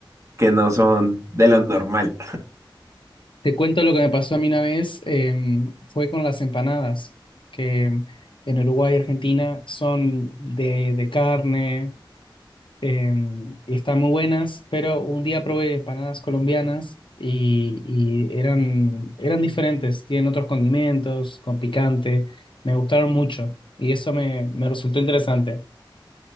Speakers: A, on the right; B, on the left.
A: que no son de lo normal.
B: Te cuento lo que me pasó a mí una vez, em, fue con las empanadas, que em, en Uruguay y Argentina son de, de carne, em, y están muy buenas, pero un día probé empanadas colombianas y, y eran, eran diferentes, tienen otros condimentos, con picante, me gustaron mucho y eso me, me resultó interesante.